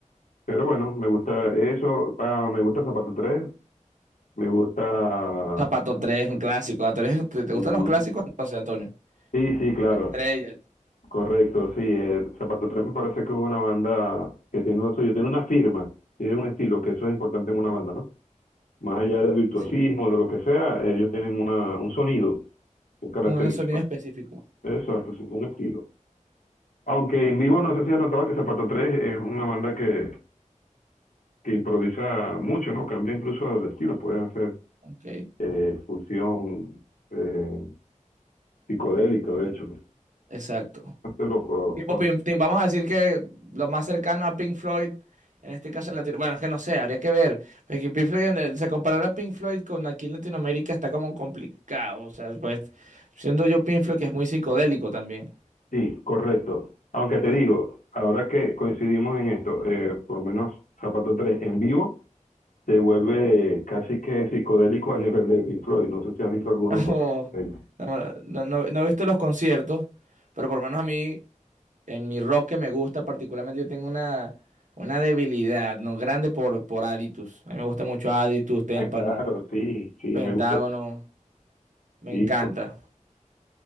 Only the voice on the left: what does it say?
Pero bueno, me gusta eso, ah, me gusta Zapato tres me gusta...
Sí.
Sí, sí, claro,
correcto, sí. eh, Zapato tres me parece que es una banda que tiene lo suyo, tiene una firma, tiene un estilo, que eso es importante en una banda, ¿no? Más allá del virtuosismo,
de lo que sea, ellos tienen una, un sonido, un característico,
exacto, sí, un estilo. Aunque en vivo no sé si has notado que Zapato Tres es una banda que, que improvisa mucho, ¿no? Cambia incluso de estilo, pueden hacer
eh, fusión eh, psicodélica, de hecho. ¿no?
Bastante loco.
son-
Sí, correcto. Aunque te
digo, ahora que coincidimos en esto, eh, por lo menos Zapato Tres en vivo se vuelve casi que psicodélico a nivel de Pink Floyd. No sé si has visto algunos
con...
ellos.
Ah, claro, sí, sí,
me gusta.
Sí,